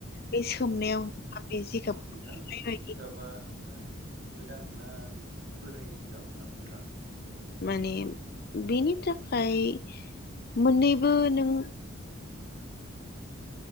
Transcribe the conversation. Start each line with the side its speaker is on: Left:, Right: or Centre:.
Left: बे सोमनायाव
Right: ए
Left: नों बे जिगाबखौ
Right: नोंथां
Left: <unintelligible>
Right: जिगाबा ओ गोदान ना बोराय जिगाबा मोजां बेनि थाखाय
Left: माने बेनि थाखाय मोननैबो नों
Right: <inaudible>